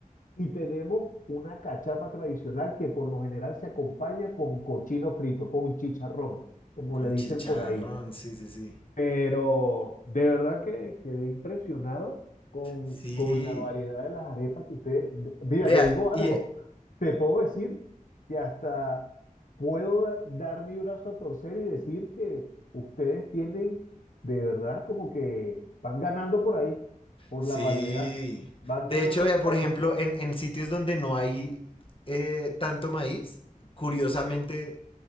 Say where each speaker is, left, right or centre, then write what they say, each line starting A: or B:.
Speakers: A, on the left; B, on the left.
A: Y tenemos una cachapa tradicional que por lo general se acompaña con cochino frito, con chicharrón, como
B: Con
A: le dicen
B: chicharrón,
A: por ahí.
B: sí, sí, sí.
A: Pero de verdad que quedé impresionado con,
B: Sí.
A: con la variedad de las arepas que usted... de- Mira,
B: Vea,
A: te digo
B: y
A: algo,
B: eh,
A: te puedo decir que hasta puedo da- dar mi brazo a torcer y decir que ustedes tienen de verdad como que van ganando por ahí, por
B: sí.
A: la variedad, van
B: De
A: ganando
B: hecho, vea,
A: por
B: por
A: ahí.
B: ejemplo, en, en sitios donde no hay eh, tanto maíz, curiosamente,